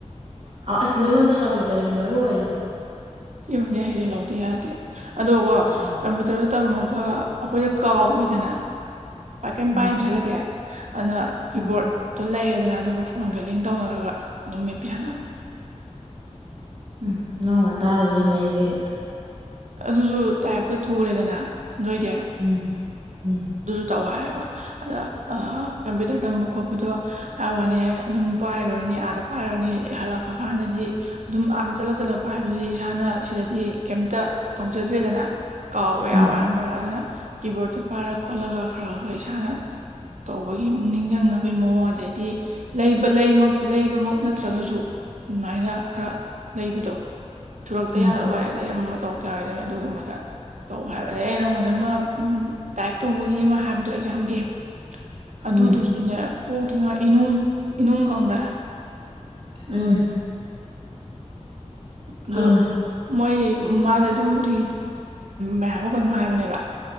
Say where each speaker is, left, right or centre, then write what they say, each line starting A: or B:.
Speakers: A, on the right; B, on the right.
A: ꯑꯥꯎ ꯑꯁ ꯂꯣꯏꯃꯗ ꯀꯥꯃꯤ ꯇꯧꯔꯤ ꯃꯔꯨ ꯑꯣꯏꯗ
B: ꯁꯤꯃꯗꯤ ꯍꯩꯖꯤꯜꯍꯧꯗ ꯌꯥꯗꯦ ꯑꯗꯣ ꯀꯣ
A: ꯎꯝ
B: ꯀꯝꯄꯨꯇꯔꯗ ꯇꯝꯃꯒ ꯑꯩꯈꯣꯏꯗ ꯀꯥꯎꯈꯤꯗꯅ ꯀꯩꯝ
A: ꯎꯝ
B: ꯄꯥꯏꯗ꯭ꯔꯒꯗꯤ ꯑꯗꯨꯅ ꯀꯤꯕꯣꯔꯗꯠꯇꯣ
A: ꯎꯝ
B: ꯂꯩꯌꯦ ꯑꯗꯨꯅ ꯑꯗꯨꯒ ꯐꯣꯟꯒꯂꯤꯡ ꯇꯧꯅꯔꯒ ꯑꯗꯨꯝ ꯃꯦꯄꯤꯍꯕ
A: ꯎꯝ ꯅꯪ ꯇꯥ ꯅ ꯏꯗꯦꯅꯦ
B: ꯑꯗꯨꯁꯨ ꯇꯥꯏꯞꯇꯣ ꯊꯨꯔꯦꯗꯅ ꯅꯣꯏꯗꯤ
A: ꯎꯝ ꯎꯝ
B: ꯇꯧꯋꯑꯕ ꯑꯗ ꯀꯝꯄ꯭ꯌꯨꯇꯔ ꯇꯝꯕ ꯈꯣꯠꯄꯗꯣ ꯍꯥꯏ ꯋꯥꯅꯤ ꯑꯗꯨꯝ ꯄꯥꯏꯔꯨꯔꯅꯤ ꯑꯥꯗ ꯄꯥꯏꯔꯛꯑꯅꯤ ꯍꯜꯂꯛꯄ ꯀꯥꯟꯗꯗꯤ ꯑꯗꯨꯝ ꯑꯥꯗ ꯆꯠꯂ ꯆꯠꯂ ꯄꯥꯏꯕꯗꯨꯗꯤ ꯏꯁꯥꯅ ꯁꯤꯗꯗꯤ ꯀꯩꯝꯇ ꯇꯧꯖꯗ꯭ꯔꯦꯗꯅ ꯀꯥꯎꯕ
A: ꯎꯝ
B: ꯌꯥꯎꯋ ꯌꯥꯝꯗ꯭ꯔꯕ ꯑꯗꯨꯅ ꯀꯤꯕꯣꯔꯗꯠꯇꯨ ꯄꯥꯏꯔ ꯈꯣꯠꯂꯒ ꯈꯔ ꯈꯔ ꯈꯔ ꯏꯁꯥꯅ ꯇꯧꯕꯒꯤ ꯅꯤꯡꯁꯤꯡꯅꯕꯒꯤ ꯃꯑꯣꯡ ꯑꯗꯩꯗꯤ ꯂꯩꯕ ꯂꯩꯕꯃꯛ ꯅꯠꯇ꯭ꯔꯒꯁꯨ ꯑꯗꯨꯃꯥꯏꯅ ꯈꯔ ꯂꯩꯕꯗꯣ ꯁꯨꯔꯛꯇ
A: ꯎꯝ
B: ꯌꯥꯔꯑꯣꯏ ꯑꯗꯩ ꯑꯃ ꯇꯣꯛꯇ ꯍꯥꯏꯗꯅ ꯑꯗꯨꯒꯨꯝꯕꯗ ꯇꯧ ꯍꯥꯏꯕ ꯑꯗꯩ ꯑ ꯅꯪꯉꯣꯟꯗ ꯑꯃ ꯎ ꯇꯥꯏꯞ ꯇꯧꯕꯒꯤ ꯑꯃ ꯍꯥꯏꯕꯗꯣ ꯑꯦꯛꯖꯥꯝꯒꯤ ꯑꯗꯨꯗꯨꯁꯨꯅꯦ
A: ꯎꯝ
B: ꯑꯣꯇ꯭ꯔꯤꯉꯩ ꯏꯅ ꯏꯅꯅꯨꯡ ꯈꯪꯕ꯭ꯔꯥ
A: ꯎꯝ
B: ꯑꯗꯨ
A: ꯈꯪꯉꯦ
B: ꯃꯣꯏ ꯃꯥꯗ ꯑꯗꯨꯗꯤ ꯃꯌꯥꯝ ꯑꯃ ꯀꯝ ꯍꯥꯏꯕꯅꯦꯕ